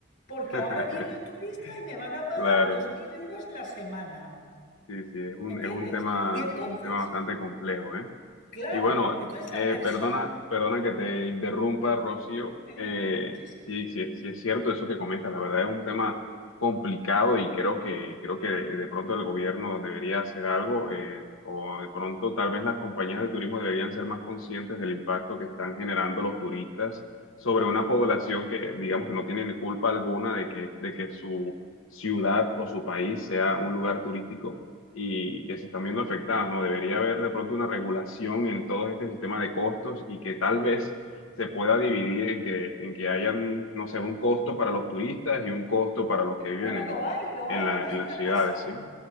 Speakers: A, on the left; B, on the left.
A: porque
B: <laughs>
A: ahora viene el turista y me van a pagar
B: Claro,
A: dos mil euros la semana.
B: sí, sí, es un,
A: ¿Me entiendes?
B: es un tema,
A: Y entonces,
B: un tema bastante complejo, ¿eh?
A: claro,
B: Y bueno,
A: entonces
B: eh,
A: la persona,
B: perdona, perdona que te interrumpa, Rocío.
A: dime, dime,
B: Eh,
A: sí, sí.
B: sí, sí, sí es cierto eso que comentas. La verdad es un tema complicado y creo que, creo que de pronto el gobierno debería hacer algo eh, o de pronto tal vez las compañías de turismo deberían ser más conscientes del impacto que están generando los turistas sobre una población que digamos que no tiene ni culpa alguna de que, de que su ciudad o su país sea un lugar turístico y que se están viendo afectadas, ¿no? Debería haber de pronto una regulación en todo este sistema de costos y que tal vez se pueda dividir en que, en que hayan, no sé, un costo para los turistas y un costo para los que viven
A: Bueno,
B: en,
A: lo hay, lo
B: en
A: hay,
B: la,
A: hay
B: en las
A: una
B: ciudades,
A: tasa,
B: ¿sí?